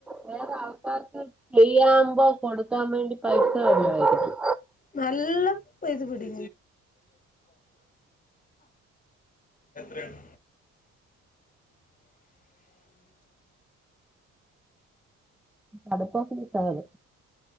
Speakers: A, in the centre; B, on the left.
A: വേറെ ആൾക്കാർക്ക് ഫ്രയാവുമ്പോ കൊടുക്കാൻ വേണ്ടി പൈസ വല്ലോ ആയിരിക്കും
B: നല്ല ഇത് പിടി എത്രയാണ്
A: അത്പ്പോ പൂച്ചക്കൾ